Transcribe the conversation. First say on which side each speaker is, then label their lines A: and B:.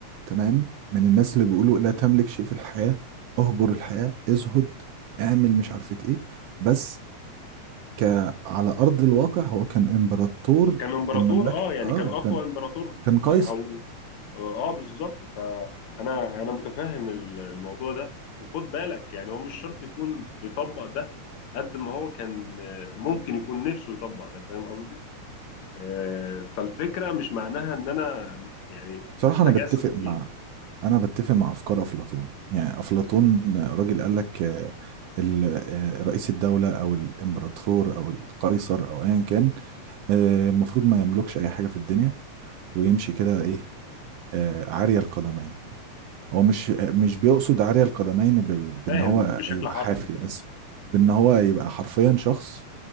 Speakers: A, on the right; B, on the left.
A: تمام من الناس اللي بيقولوا لا تملك شيء في الحياة اهجر الحياة ازهد اعمل مش عارفة ايه بس ك على ارض الواقع هو كان امبراطور
B: كان امبراطور
A: المملكة
B: اه يعني
A: اه
B: كان اقوى
A: كان
B: امبراطور
A: كان قيصر
B: او اه بالظبط فانا انا متفهم ال- الموضوع ده وخد بالك يعني هو مش شرط يكون بيطبق ده قد ما هو كان آه، ممكن يكون نفسه يطبق ده فاهم قصدي؟ آه، فالفكره مش معناها ان انا يعني
A: صراحة
B: متجسد
A: انا بتفق مع
B: فيه
A: انا بتفق مع افكار افلاطون يعني افلاطون راجل قال لك آه، ال- آه، رئيس الدولة او الامبراطور او القيصر او ايا كان آه، المفروض ما يملكش اي حاجة في الدنيا ويمشي كده ايه آه، عارية القدمين هو مش مش بيقصد عارية القدمين ب- ب- بان
B: فاهم
A: هو
B: بشكل
A: يبقى
B: حرفي
A: حافي بس بان هو يبقى حرفيا شخص